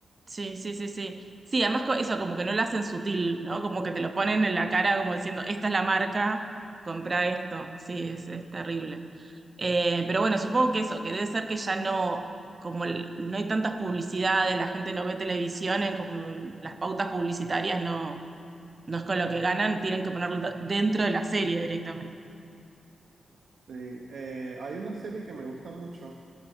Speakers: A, on the right; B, on the right.
A: Sí, sí, sí, sí. Sí, además co- eso, como que no lo hacen sutil, ¿no? Como que te lo ponen en la cara como diciendo, esta es la marca, compra esto. Sí, es, es terrible. Eh, pero bueno, supongo que eso, que debe ser que ya no, como el- no hay tantas publicidades, la gente no ve televisión, en como un- las pautas publicitarias no, no es con lo que ganan, tienen que ponerlo da- dentro de la serie directamente.
B: Sí, eh, hay una serie que me gusta mucho